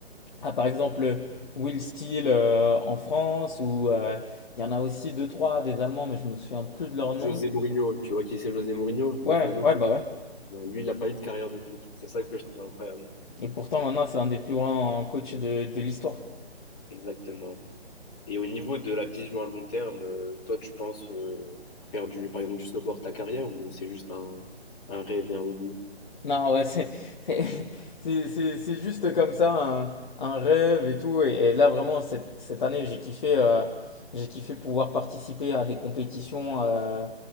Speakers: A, on the left; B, on the left.
A: à, par exemple Will Steel euh, en France ou euh, il y en a aussi deux trois des Allemands mais je me souviens plus de leur nom.
B: José Mourinho, tu vois qui c'est José Mourinho, le
A: Ouais,
B: fameux?
A: ouais bah ouais.
B: Ben, Lui, il n'a pas eu de carrière de foot. C'est ça que je trouve incroyable.
A: Et pourtant maintenant c'est un des plus grands coachs de, de l'histoire.
B: Exactement. Et au niveau de la vision à long terme, euh, toi, tu penses euh, faire du, par exemple, du snowboard ta carrière ou c'est juste un, un rêve et un hobby?
A: Non, ouais, c'est c'est- c'est- c'est- c'est juste comme ça, un, un rêve et tout. Et, et là, vraiment, cette, cette année, j'ai kiffé, euh, j'ai kiffé pouvoir participer à des compétitions euh,